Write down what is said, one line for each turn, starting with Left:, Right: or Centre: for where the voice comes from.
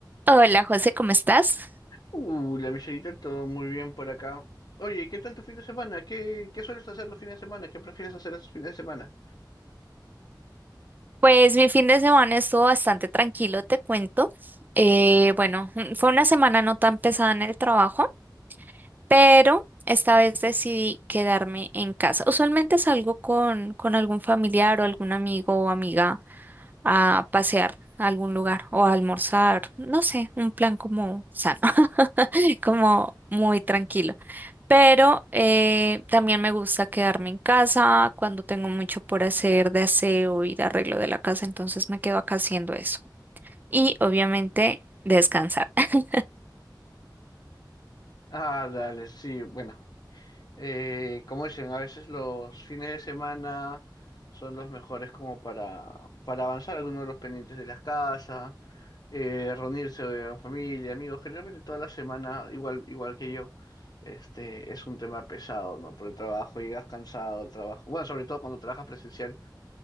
Right: Hola José, ¿cómo estás?
Left: Uh, la Michelita, todo muy bien por acá. Oye, ¿y qué tal tu fin de semana? ¿Qué, qué sueles hacer los fines de semana? ¿Qué prefieres hacer esos fines de semana?
Right: Pues mi fin de semana estuvo bastante tranquilo, te cuento. Eh, bueno, mm, fue una semana no tan pesada en el trabajo, pero esta vez decidí quedarme en casa. Usualmente salgo con, con algún familiar o algún amigo o amiga a pasear a algún lugar o a almorzar, no sé, un plan como sano, <laughs> como muy tranquilo. Pero eh, también me gusta quedarme en casa cuando tengo mucho por hacer de aseo y de arreglo de la casa, entonces me quedo acá haciendo eso. Y obviamente descansar. <laughs>
Left: Ah, dale, sí, bueno. Eh, como dicen, a veces los fines de semana son los mejores como para, para avanzar algunos de los pendientes de las casas, eh, reunirse eh, en familia, amigos. Generalmente toda la semana, igual, igual que yo, este, es un tema pesado, ¿no? Por el trabajo, llegas cansado al trabajo. Bueno, sobre todo cuando trabajas presencial